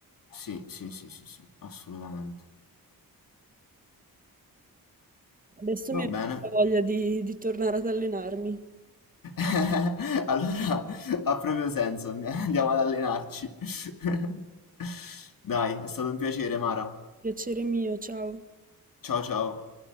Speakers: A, on the left; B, on the right.
A: sì, sì, sì, sì, sì, assolutamente.
B: Adesso mi
A: Va
B: è venuta
A: bene.
B: voglia di, di tornare ad allenarmi.
A: <laughs> Allora ha proprio senso, <laughs> and- andiamo ad allenarci. <laughs> Dai, è stato un piacere, Mara.
B: Piacere mio, ciao.
A: Ciao ciao.